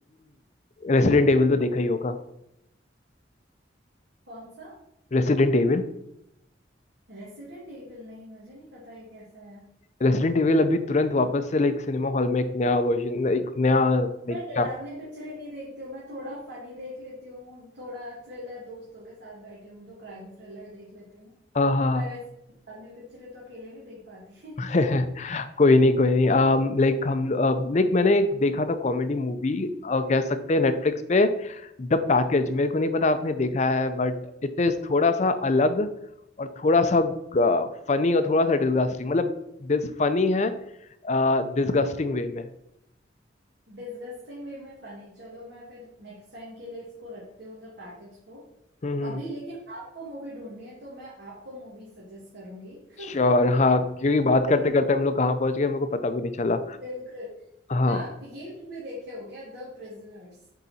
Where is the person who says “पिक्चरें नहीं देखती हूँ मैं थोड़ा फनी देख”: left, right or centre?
Right